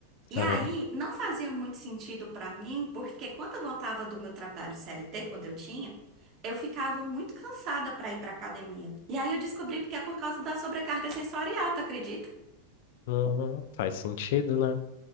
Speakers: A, on the right; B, on the left.
A: E
B: aham.
A: aí, não fazia muito sentido pra mim, porque quando eu voltava do meu trabalho CLT, quando eu tinha, eu ficava muito cansada pra ir pra academia. E aí eu descobri porque é por causa da sobrecarga sensorial, tu acredita?
B: Uhum, faz sentido, né?